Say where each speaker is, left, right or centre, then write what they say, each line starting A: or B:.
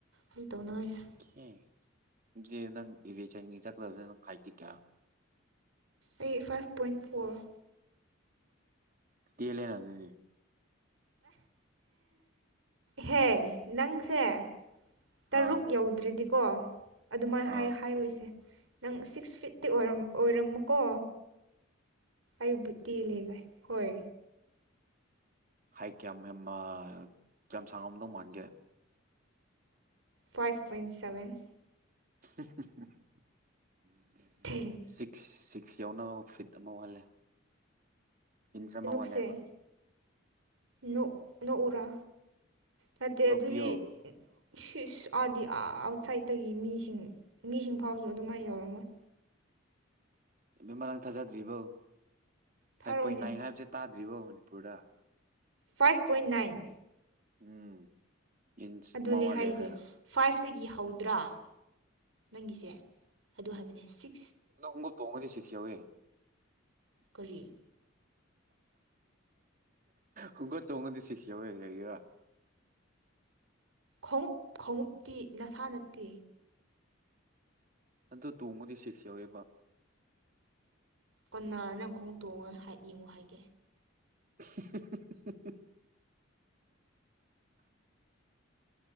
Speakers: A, on the right; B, on the right.
A: ꯑꯩ ꯇꯧꯅꯉꯥꯏꯖꯦ
B: ꯈꯦꯡ ꯑꯗꯨꯗꯤ ꯅꯪ ꯑꯦꯚꯤꯌꯦꯁꯟ ꯆꯀꯗꯕꯖꯦ ꯅꯪ ꯍꯥꯏꯠꯇꯤ ꯀꯌꯥ
A: ꯑꯩ ꯐꯥꯏꯚ ꯄꯣꯏꯟ ꯐꯣꯔ
B: ꯇꯦꯜꯂꯦꯅ ꯑꯗꯨꯗꯤ
A: ꯍꯦ ꯅꯪꯁꯦ ꯇꯔꯨꯛ
B: ꯑꯥ
A: ꯌꯧꯗ꯭ꯔꯤꯗꯤꯀꯣ ꯑꯗꯨꯃꯥꯏ ꯍꯥꯏ
B: ꯑꯥ
A: ꯍꯥꯏꯔꯣꯏꯁꯦ ꯅꯪ ꯁꯤꯛꯁ ꯐꯤꯠꯇꯤ ꯑꯣꯏꯔꯝ ꯑꯣꯏꯔꯝꯃꯨꯀꯣ ꯑꯩꯕꯨ ꯇꯤꯜꯂꯦ ꯒꯥꯏ ꯍꯣꯏ
B: ꯍꯥꯏ ꯀꯌꯥꯝ ꯌꯥꯝ ꯑ ꯀꯌꯥꯝ ꯁꯥꯡꯉꯝꯗꯧ ꯃꯥꯟꯒꯦ
A: five point seven
B: <inaudible>
A: <unintelligible>
B: six six ꯌꯥꯎꯅꯕ ꯐꯤꯠ ꯑꯃ ꯋꯥꯠꯂꯦ ꯏꯟꯁ ꯑꯃ
A: ꯅꯣꯛꯁꯦ
B: ꯋꯥꯠꯂꯦ ꯍꯥꯏꯕ
A: ꯅꯣꯛ ꯅꯣꯛꯎꯔꯥ ꯅꯠꯇꯦ
B: ꯅꯣꯛꯄꯤꯌꯣ
A: ꯑꯗꯨꯗꯤ ꯁꯤꯁ ꯑꯥꯗꯤ ꯑꯥ ꯑꯥꯎꯠꯁꯥꯏꯠꯇꯒꯤ ꯃꯤꯁꯤꯡ ꯃꯤꯁꯤꯡ ꯐꯥꯎꯁꯨ ꯑꯗꯨꯃꯥꯏꯅ ꯌꯧꯔꯝꯃꯣꯏ
B: ꯏꯕꯦꯝꯃꯥ ꯅꯪ ꯊꯥꯖꯗ꯭ꯔꯤꯕꯣ ꯐꯥꯏꯚ
A: ꯊꯥꯔꯛꯑꯣꯅꯦ
B: ꯄꯣꯏꯟ ꯅꯥꯏꯟ ꯍꯥꯏꯕꯁꯦ ꯇꯥꯗ꯭ꯔꯤꯕꯣ ꯃꯅꯤꯄꯨꯔꯗ
A: five point nine
B: um inch
A: ꯑꯗꯨꯅꯦ
B: ꯑꯃ ꯋꯥꯠꯂꯦ
A: ꯍꯥꯏꯁꯦ
B: ꯍꯥꯏꯔꯒ
A: ꯐꯥꯏꯚꯇꯒꯤ ꯍꯧꯗ꯭ꯔꯥ ꯅꯪꯒꯤꯁꯦ ꯑꯗꯨ ꯍꯥꯏꯕꯅꯦ ꯁꯤꯛꯁ
B: ꯑꯗꯣ ꯍꯣꯡꯎꯞ ꯇꯣꯡꯉꯗꯤ ꯁꯤꯛꯁ ꯌꯧꯋꯦ
A: ꯀꯔꯤ
B: ꯍꯨꯡꯒꯣ ꯇꯣꯡꯉꯗꯤ ꯁꯤꯛꯁ ꯌꯥꯎꯋꯦ ꯍꯥꯏꯒꯤꯔꯣ
A: ꯈꯣꯡꯎꯞ ꯈꯣꯡꯎꯞꯇꯤ ꯅꯁꯥ ꯅꯠꯇꯦ
B: ꯑꯗꯨ ꯇꯣꯡꯉꯥꯗꯤ ꯁꯤꯛꯁ ꯌꯧꯋꯦꯕ
A: ꯀꯟꯅꯅ ꯅꯪ ꯈꯣꯡꯉꯨꯞ ꯇꯣꯡꯉꯒ ꯍꯥꯏ ꯌꯦꯡꯉꯨ ꯍꯥꯏꯒꯦ
B: <inaudible>